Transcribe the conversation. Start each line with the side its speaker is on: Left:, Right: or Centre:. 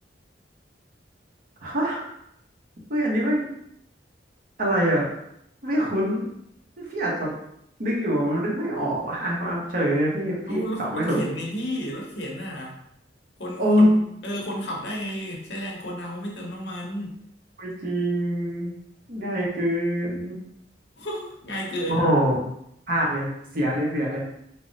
Right: ฮะ เฮ้ยอันนี้ไม่งอะไรอ่ะไม่คุ้นพี่อาจจะนึกอยู่อะมันนึกไม่ออกว่ะอ่ะมาเฉลยเลยพี่พี่ตอบไม่ถูก
Left: เอารถรถเข็นไงพี่รถเข็นน่ะคนคนเออคนขับได้ไงใช้แรงคนเอาไม่เติมน้ำมัน
Right: โอ้ไม่จริงง่ายเกิน
Left: <laughs> ง่ายเกิน
Right: โอ้โหพลาดเลยเสียเลยเสียเลย